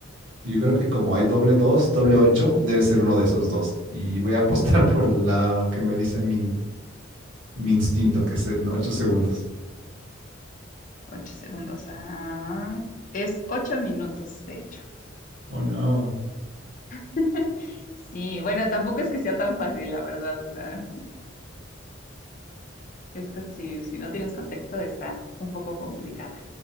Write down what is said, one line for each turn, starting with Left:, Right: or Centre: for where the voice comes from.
Right: Yo creo que como hay doble dos, doble ocho, debe ser uno de esos dos. Y voy a apostar <laughs> por la que me dice mi, mi instinto, que es en ocho segundos.
Left: ocho segundos. Ah, es ocho minutos, de hecho.
Right: Oh, no.
Left: <laughs> Sí, bueno, tampoco es que sea tan fácil, la verdad. O sea, <laughs> esto si, si no tienes contexto está un poco complicada.